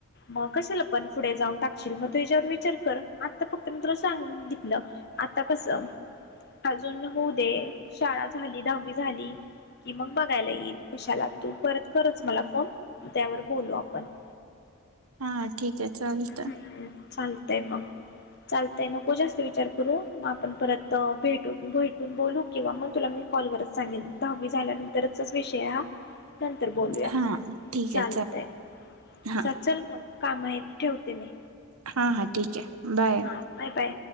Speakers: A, on the left; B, on the right.
A: मग कशाला पण पुढे जाऊन टाकशील, मग तू याच्यावर विचार कर आत्ता फक्त मी तुला सांगीतलं. आता कस अजून होऊ दे शाळा झाली, दहावी झाली कि मग बघायला येईल. कशाला तू परत करच मला फोन त्यावर बोलू आपण. <inaudible>
B: हा ठीके चालत.
A: हम्म चालतय मग, चालतय नको जास्त विचार करू म आपण परत त भेटू भेटून बोलू किंवा मग तुला मी कॉल वरच सांगेन दहावी झाल्यानंतरचाच विषय हा. नंतर बोलूया
B: हा ठीक
A: चालतय
B: आहे हा
A: च चल मग. काम, आहेत ठेवते मी.
B: हा हा ठीके बाय.
A: हा बाय बाय